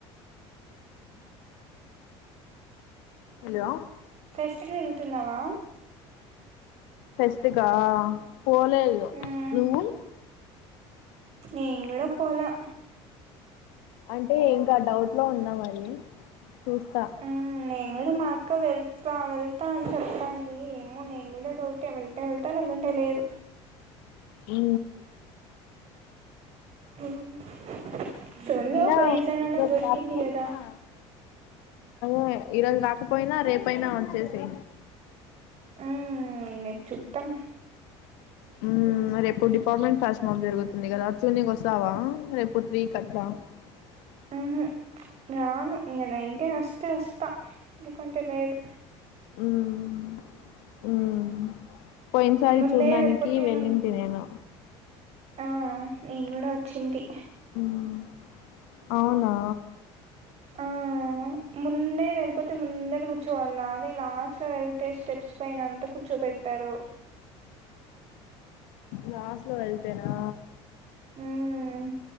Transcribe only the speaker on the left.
హలో
ఫెస్టకా పోలేదు
నువ్వు
అంటే ఇంకా డౌట్ లో ఉంద మరి చూస్తా
ఉ
ఎలా
ఉన్నావు
ఈరోజు
రాకపోయినా
అదే ఈరోజు రాకపోయినా రేపోయినా వచ్చేసే
ఉ రేపు డిపార్ట్మెంట్ ఫస్ట్ మప్ జరుగుతుంది కదా చూనీ వస్తావా రేపు త్రీ కి అట్లా ఫ్యాన్స్ సౌండ్
మ్మ్ మ్మ్ పోయినసారి
చూడడానికి
వెళ్ళింటి
నేను
మ్మ్ అవునా
లాస్ట్ లో వెళ్తేనా